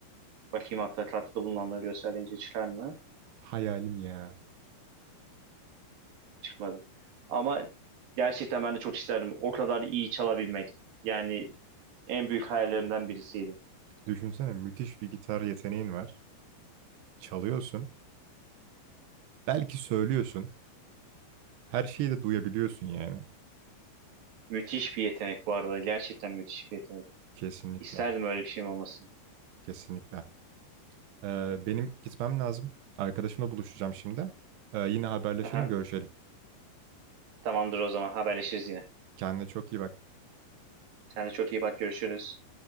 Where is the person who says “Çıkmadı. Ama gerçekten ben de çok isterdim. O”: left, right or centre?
Right